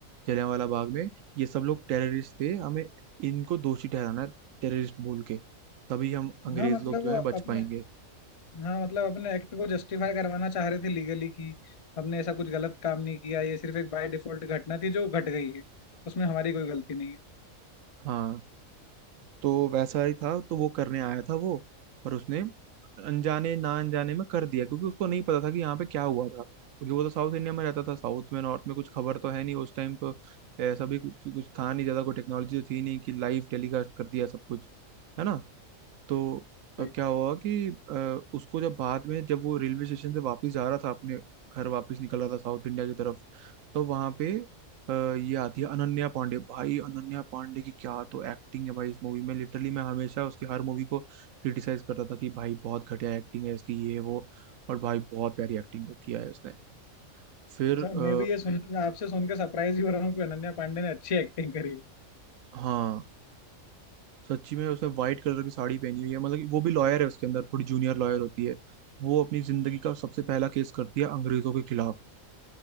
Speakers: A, on the right; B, on the left.
A: जलियांवाला बाग में ये सब लोग टेररिस्ट थे हमें इनको दोषी ठहराना है टेररिस्ट बोल के तभी हम अंग्रेज
B: हाँ मतलब
A: लोग जो है बच
B: अपने
A: पाएंगे
B: हाँ मतलब अपने एक्ट को जस्टिफाई करवाना चाह रहे थे लीगली कि हमने ऐसा कुछ गलत काम नहीं किया ये सिर्फ एक बाय डिफॉल्ट घटना थी जो घट गई है उसमें हमारी कोई गलती नहीं है
A: हाँ तो वैसा ही था तो वो करने आया था वो और उसने अनजाने ना अनजाने में कर दिया क्योंकि उसको नहीं पता था कि यहाँ पे क्या हुआ था क्योंकि वो तो साउथ इंडिया में रहता था साउथ में नॉर्थ में कुछ खबर तो है नहीं उस टाइम तो ऐसा भी कुछ, कुछ था नहीं ज्यादा कोई टेक्नोलॉजी तो थी नहीं कि लाइव टेलीकास्ट कर दिया सब कुछ है ना तो अ,
B: सही
A: क्या हुआ कि अ, उसको जब बाद में जब वो रेलवे स्टेशन से वापस जा रहा था अपने घर वापस निकल रहा था साउथ इंडिया की तरफ तो वहां पे अ, ये आती है अनन्या पांडे भाई अनन्या पांडे की क्या तो एक्टिंग है भाई इस मूवी में लिटरली मैं हमेशा उसकी हर मूवी को क्रिटिसाइज करता था कि भाई बहुत घटिया एक्टिंग है इसकी ये वो और भाई बहुत प्यारी एक्टिंग किया है उसने फिर
B: अच्छा
A: आ,
B: मैं भी ये सुन आपसे सुन के सरप्राइज ही हो रहा हूँ कि अनन्या पांडे ने अच्छी एक्टिंग करी है
A: हाँ सच्ची में उसने व्हाइट कलर की साड़ी पहनी हुई है मतलब कि वो भी लॉयर है उसके अंदर थोड़ी जूनियर लॉयर होती है वो अपनी जिंदगी का सबसे पहला केस करती है अंग्रेजों के खिलाफ